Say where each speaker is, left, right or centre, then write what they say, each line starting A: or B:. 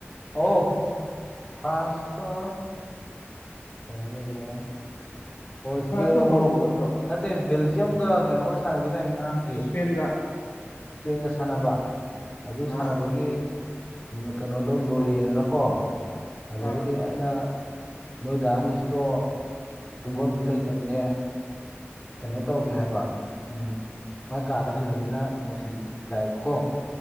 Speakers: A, on the left; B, on the left.
A: ꯑꯣ ꯐ꯭ꯔꯥꯟꯁ ꯀ <unintelligible> ꯍꯣꯏ ꯏꯁꯄꯦꯟꯒ
B: ꯐ꯭ꯔꯥꯟꯁꯀ ꯃꯣꯔꯣꯀꯣꯒ
A: ꯃꯣꯔꯣꯀꯣ
B: ꯅꯠꯇ꯭ꯔꯣ
A: ꯅꯠꯇꯦ ꯕꯦꯜꯖꯤꯌꯝꯒ ꯀꯩꯅꯣꯒ ꯁꯥꯟꯅꯈꯤꯗꯥꯏ ꯉꯔꯥꯡ꯫
B: ꯏꯁꯄꯦꯟꯒ
A: ꯏꯁꯄꯦꯟꯒ ꯁꯥꯟꯅꯕ ꯑꯗꯨ ꯁꯥꯟꯅꯕꯒꯤ
B: ꯑꯥ
A: ꯀꯩꯅꯣꯗꯣ ꯂꯣꯏꯔꯛ ꯑꯦꯗꯅꯀꯣ ꯑꯗꯒꯤꯗꯤ
B: ꯑꯥ
A: ꯑꯩꯅ꯫ ꯅꯣꯏ ꯗꯥ ꯑꯥꯅꯤꯁꯇꯣ ꯇꯨꯝꯐꯝꯁꯨ ꯂꯩꯇꯕꯅꯦ ꯀꯩꯅꯣ ꯇꯧꯒꯦ ꯍꯥꯏꯕ ꯎꯝ꯫ ꯃꯥꯏ ꯀꯥꯗ ꯍꯜꯂꯒꯦꯅ ꯅꯣꯡ ꯊꯤꯠꯂꯤ ꯊꯤꯠꯂꯤ ꯇꯏꯕꯀꯣ꯫